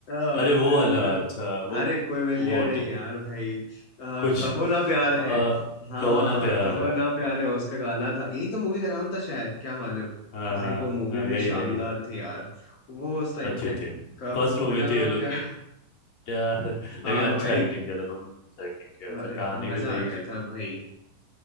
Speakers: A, on the left (about 45°); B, on the left (about 60°).
A: था
B: अरे वो वाला अच्छा वो
A: अरे कोई मिल
B: वो
A: गया नहीं
B: ट-
A: यार भाई अ,
B: कुछ
A: कहो ना प्यार
B: आ,
A: है हाँ
B: कहो ना प्यार
A: कहो
B: है।
A: ना प्यार
B: हाँ
A: है उसका गाना था यही तो मूवी का नाम था शायद क्या मालूम
B: हाँ
A: भाई
B: हाँ
A: वो मूवी
B: हाँ, यही
A: भी
B: है,
A: शानदार
B: यही है।
A: थी यार वो उस टाइम
B: अच्छे
A: पे
B: थे
A: कहो
B: फर्स्ट मूवी
A: ना
B: थी ये लोग
A: प्यार
B: की यार
A: हाँ
B: लेकिन अच्छा
A: भाई
B: एक्टिंग किया था दोनों ने अच्छा एक्टिंग किया
A: अरे
B: था कहानी
A: मजा
B: भी सही
A: आ
B: थी
A: गया था भाई